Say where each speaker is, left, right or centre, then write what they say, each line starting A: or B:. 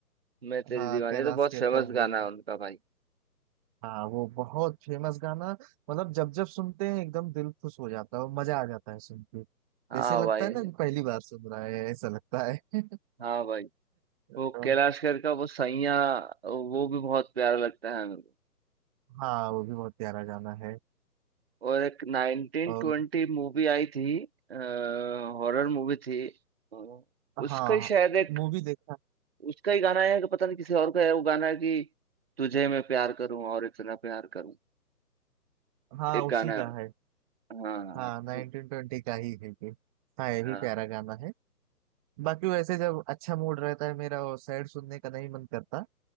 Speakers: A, on the right; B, on the right.
A: मैं तेरी
B: हाँ
A: दीवानी
B: कैलाश
A: ये तो बहुत
B: खेर
A: फेमस
B: का वो
A: गाना है उनका भाई
B: हाँ वो बहुत फेमस गाना मतलब जब जब सुनते हैं एकदम दिल खुश हो जाता है और मजा आ जाता है सुन के
A: हाँ
B: जैसे लगता
A: भाई
B: है ना कि पहली बार सुन रहा है ऐसा लगता है
A: हाँ भाई
B: <laughs>
A: वो कैलाश खेर का वो सैया वो भी बहुत प्यारा लगता है मेरे को
B: हाँ वो भी बहुत प्यारा गाना है
A: और एक 1920
B: और
A: मूवी आई थी हॉरर मूवी थी अ, उसका
B: हाँ
A: ही शायद एक
B: मूवी देखा
A: उसका ही गाना है कि पता नहीं किसी और का है वो गाना है कि तुझे मैं प्यार करूं और इतना प्यार करूं
B: हाँ
A: एक
B: उसी
A: गाना
B: का है
A: हाँ
B: हाँ नाइनटीन
A: तो
B: ट्वेंटी का ही है ये हाँ ये भी
A: हाँ
B: प्यारा गाना है बाकी वैसे जब अच्छा मूड रहता है मेरा और सैड सुनने का नहीं मन करता